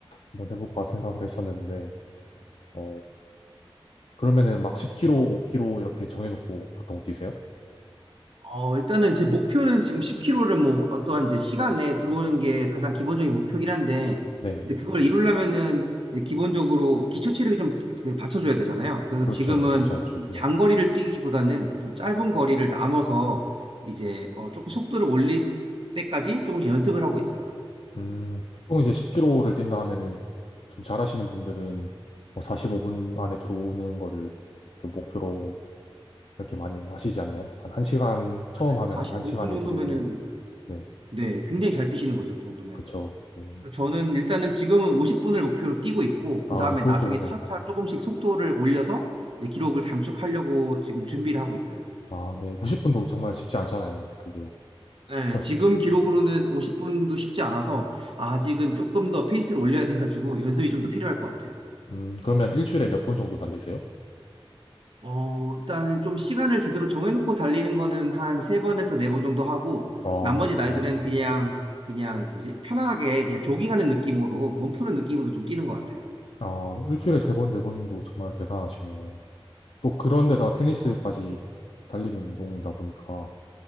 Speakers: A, on the left (about 75°); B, on the right (about 65°).
A: 한번 해볼까 생각을 했었는데, 어, 그러면은 막 10km, 5km 이렇게 정해놓고 보통 뛰세요?
B: 어, 일단은 제 목표는 지금 1 0 k m 를뭐 어떠한 이제 시간 내에 들어오는 게 가장 기본적인 목표긴 한데
A: 네.
B: 이제 그걸 이루려면은 이제 기본적으로 기초 체력이 좀그 받쳐줘야 되잖아요. 그래서
A: 그렇죠.
B: 지금은
A: 쉽지 않죠.
B: 좀
A: 네.
B: 장거리를 뛰기보다는 좀 짧은 거리를 나눠서 이제 어, 조금 속도를 올릴 때까지 조금씩 연습을 하고 있어요.
A: 음, 보통 이제 10km를 뛴다 하면은 좀 잘하시는 분들은 뭐 45분 안에 들어오는 거를 좀 목표로 이렇게 많이 하시지 않나요? 한 1시간,
B: 맞아요.
A: 처음 하면
B: 45분
A: 한 1시간에
B: 정도면은
A: 들어오고, 네,
B: 네, 굉장히 잘 뛰시는 거죠. 그 정도면.
A: 그쵸. 네.
B: 저는 일단은 지금은 50분을 목표로 뛰고 있고, 그
A: 아,
B: 다음에
A: 네, 그것도,
B: 나중에
A: 네.
B: 차차 조금씩 속도를 올려서 이제 기록을 단축하려고 지금 준비를 하고 있어요.
A: 아, 네, 50분도 정말 쉽지 않잖아요. 그게.
B: 예,
A: 저,
B: 지금 기록으로는 50분도 쉽지 않아서 아직은 조금 더 페이스를 올려야 돼가지고 연습이 좀 더 필요할 것 같아요.
A: 음, 그러면 일주일에 몇 번 정도 달리세요?
B: 어, 일단은 좀 시간을 제대로 정해놓고 달리는 거는 한 세번에서 네 번 정도 하고,
A: 아,
B: 나머지 날들은 그냥, 그냥 뭐지, 편안하게 그냥 조깅하는 느낌으로, 몸 푸는 느낌으로 좀 뛰는 것 같아요.
A: 아, 일주일에 세 번, 네 번도 정말 대단하시네요. 또 그런데다 테니스까지
B: 어,
A: 달리는 운동이다 보니까,